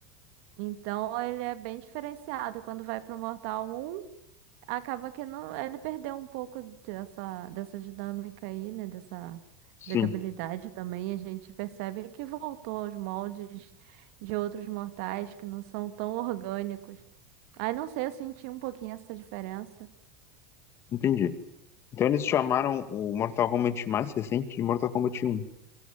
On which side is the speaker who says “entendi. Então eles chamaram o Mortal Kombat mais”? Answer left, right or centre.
Left